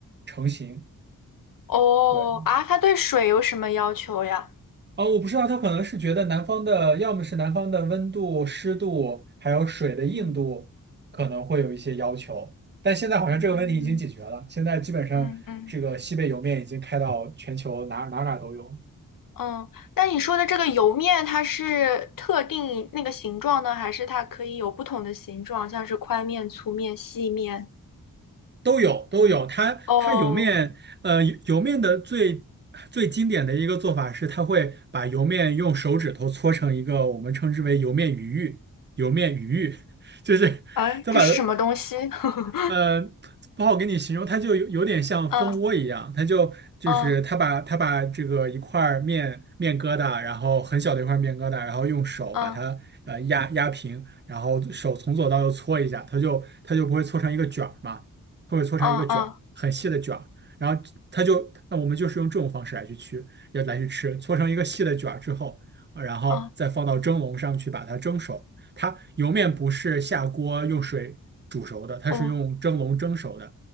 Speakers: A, on the right (about 30°); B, on the left (about 65°).
A: 成型。
B: 哦啊，
A: 对。
B: 它对水有什么要求呀？
A: 啊、我不知道，他可能是觉得南方的，要么是南方的温度、湿度，还有水的硬度，
B: 嗯
A: 可能会有一些要求。但现在好像这个问题已经解决了，
B: 嗯
A: 现在基本上这个西北莜面已经开到全球哪哪哪都有。
B: 嗯嗯。嗯，那你说的这个油面，它是特定那个形状呢，还是它可以有不同的形状，像是宽面、粗面、细面？
A: 都有都有，它它莜面，
B: 哦，
A: 呃，莜面的最最经典的一个做法是，它会把莜面用手指头搓成一个我们称之为莜面鱼玉，莜面鱼玉，<laughs> 就是他把它
B: 哎，这是什么东西？<laughs>
A: 呃，不好给你形容，它就有有点像蜂窝一样，
B: 嗯
A: 它就就是它把它把这个一块儿面面疙瘩，
B: 嗯
A: 然后很小的一块面疙瘩，然后用手把它呃压压平，
B: 嗯
A: 然后手从左到右搓一下，它就它就不会搓成一个卷儿嘛，它会搓成一个卷儿，
B: 嗯嗯
A: 很细的卷儿，然后它就那我们就是用这种方式来去吃，要来去吃，搓成一个细的卷儿之后，呃然后再放到蒸笼上去把它蒸熟。
B: 嗯，
A: 它油面不是下锅用水煮熟的，它是用蒸笼蒸熟的，
B: 哦